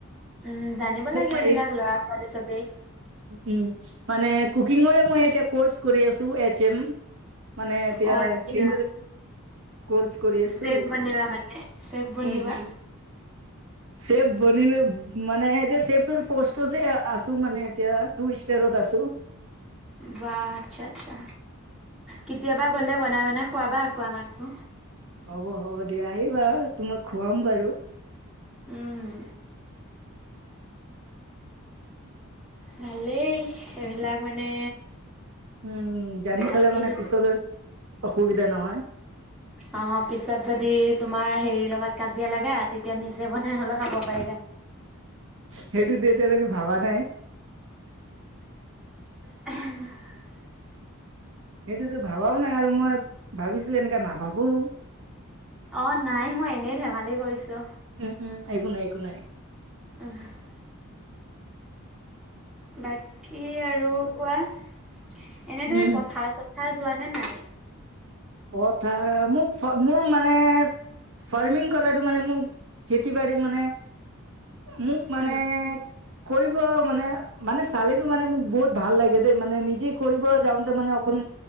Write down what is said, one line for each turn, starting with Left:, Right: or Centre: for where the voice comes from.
Centre: উম জানিব লাগে
Right: মই
Centre: এইবিলাক লৰা ছোৱালী চবেই।
Right: উম, মানে কুকিঙৰে মই এতিয়া কৰ্চ কৰি আছো এচ এম মানে এতিয়া
Centre: অ আচ্ছা
Right: সেই কৰ্চ কৰি আছো।
Centre: চেফ বনিবা মানে চেফ বনিবা
Right: উম, সেব বনিলো মানে। ন এতিয়াে সেবটোৰ পষ্টআছো মানে। এতিয়া তু ইষ্টষ্টাৰত আছো।
Centre: বাহ আচ্ছা আচ্ছা কেতিয়াবা গ'লে বনাই বনাই খোৱাবা আকৌ আমাকো
Right: হ'ব-হ'ব দিয়া আহিবা তোমাক খুৱাম বাৰু
Centre: উম, ভালেই সেইবিলাক মানে।
Right: উম, জানি
Centre: ভালকে
Right: থ'লে মানে
Centre: শিক
Right: পিছলৈ অসুবিধা নহয়
Centre: অ' পিছত যদি তোমাৰ হেৰিৰ লগত কাজিয়া লগা তেতিয়া নিজে বনাই হলে খাব পাৰিবা।
Right: সেইটো দ যেলেকে ভাবা নাই।
Centre: উ <unintelligible>
Right: সেইটোতো ভাবাও নাই আৰু মই ভাবিছো এনেককাে নাভাবোও।
Centre: অ' নাই মই এনেই ধেমালি কৰিছো।
Right: উম, উম, এক নাই একো নাই।
Centre: উ <unintelligible> বাকী আৰু কোৱা এনেদৰে
Right: উম,
Centre: পথাৰ চ। খাই যোৱা নে নাই।
Right: অথা মোক মোৰ মানে ফাৰ্মিং কৰাটো মানে মোকতি। খেতি বা় মানে মোক মানে
Centre: উম,
Right: কৰিব মানে মানে চালীটো মানে মোক বহুত ভাল লাগে দেই মানে নিজে কৰিব যাওঁতে মানে অকণ